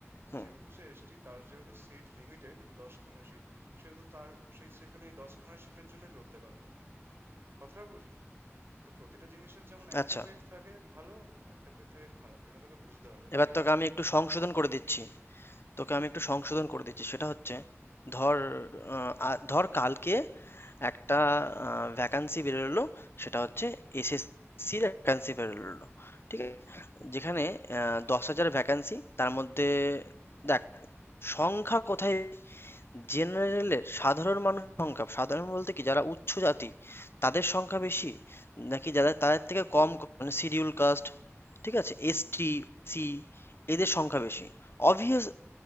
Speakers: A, on the left; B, on the right.
A: হুম,
B: যেহেতু সে এসটি তার যেহেতু সিট লিমিটেড যে দশখানা সিট সেহেতু তার সেই সে খালি ওই দশখানা সিটের জন্যই লড়তে পারবে কথাটা বুঝলি তো প্রতিটা জিনিসের যেমন একটা
A: আচ্ছা।
B: পেট থাকে ভালো একটা পেট থাকে খারাপ এটা তোকে বুঝতে হবে
A: এবার
B: ঠিক
A: তোকে
B: আছে
A: আমি একটু সংশোধন করে দিচ্ছি।
B: হুম
A: তোকে আমি একটু সংশোধন করে দিচ্ছি। সেটা হচ্ছে
B: হুম
A: ধর আহ, আ- ধর কালকে
B: হ্যাঁ
A: একটা ভ্যাকান্সি বেরোলো সেটা
B: হুম
A: হচ্ছে এসএসসি ভ্যাকান্সি বেরোলো ঠিক
B: হুম
A: আছে যেখানে আহ, দশ হাজার ভ্যাকান্সি তার মধ্যে
B: হুম
A: দেখ সংখ্যা কোথায় জেনারেলের সাধারণ মানুষ সংখ্যা সাধারণ বলতে কি যারা উচ্চ জাতি
B: হুম।
A: তাদের সংখ্যা বেশি নাকি যারা তাদের থেকে কম মানে শিডিউল কাস্ট ঠিক আছে এসটি সি এদের সংখ্যা বেশি অবভিয়াস